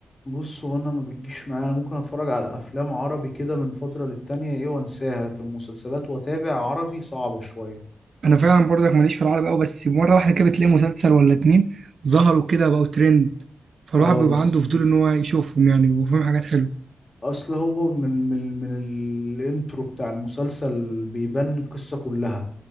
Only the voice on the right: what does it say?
أنا فعلا بردك ماليش في العربي أوي بس مرة واحدة كده بتلاقي مسلسل ولا اتنين ظهروا كده بقوا ترند فالواحد
بيبقى
عنده فضول إن هو يشوفهم يعني بيبقوا فيهم حاجات حلوة